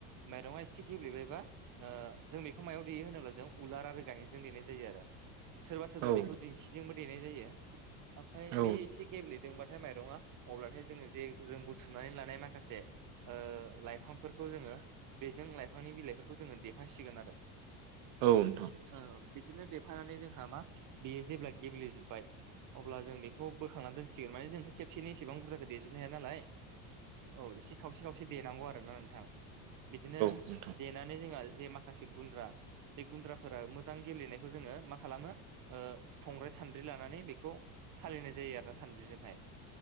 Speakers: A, on the right; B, on the right.
A: माइरङा एसे गेब्लेबायबा जों बेखौ मायाव देयो होनोब्ला जों उलार आरो गायेनजों देनाय जायो आरो। सोरबा सोरबा
B: औ
A: बेखौ दिंखिजोंबो देनाय जायो ओमफ्राय
B: औ
A: बेयो एसे गेब्लेदोंबा। माइरंङा अब्लाथाय जोङो जे जों बुथुमनानै लानाय माखासे ओ लाइफांफोरखौ जोङो। बेजों लाइफांनि बिलाइफोरखौ जोङो देफासिगोन आरो।
B: औ नोंथां
A: ओ बिदिनो देफानानै जोंहा मा बेयो जेब्ला गेब्लेेजोब्बाय अब्ला जों बेखौ बोखांनानै दोनसिगोन माने जोंथ' खेबसेनि इसेबां बुरजाखौ देजोबनो हाया नालाय औ एसे खावसे खावसे देनांगौ आरोना नोंथां बिदिनो
B: नोंथां
A: देनानै जोंहा जे माखासे गुन्द्रा बे गुन्द्राफोरा मोजां गेलेनायखौ जोङो मा खा खालामो ओ संग्राय सान्द्रि लानानै बेखौ सालिनाय जायो आरो ना सानद्रिजोंहाय